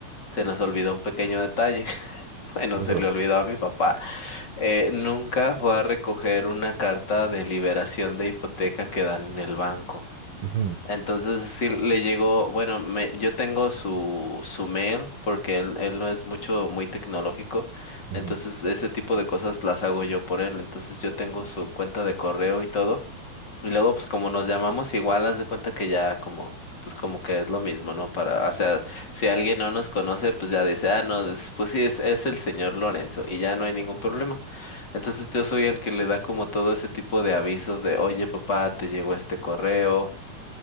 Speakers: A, on the left; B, on the right.
A: se nos olvidó un pequeño detalle. <laughs> Bueno,
B: ¿qué pasó?
A: se le olvidó a mi papá. Eh, nunca fue a recoger una carta de liberación de hipoteca que dan en el banco.
B: Ujú,
A: Entonces sí le llegó, bueno, me, yo tengo su, su mail porque él, él no es mucho, muy tecnológico,
B: ujú,
A: entonces ese tipo de cosas las hago yo por él, entonces yo tengo su cuenta de correo y todo, y luego pues como nos llamamos igual, haz de cuenta que ya como, pues como que es lo mismo, ¿no? Para, o sea, si alguien no nos conoce, pues ya dice, ah, no, es- pues sí, es, es el señor Lorenzo y ya no hay ningún problema. Entonces yo soy el que le da como todo ese tipo de avisos de, oye papá, te llegó este correo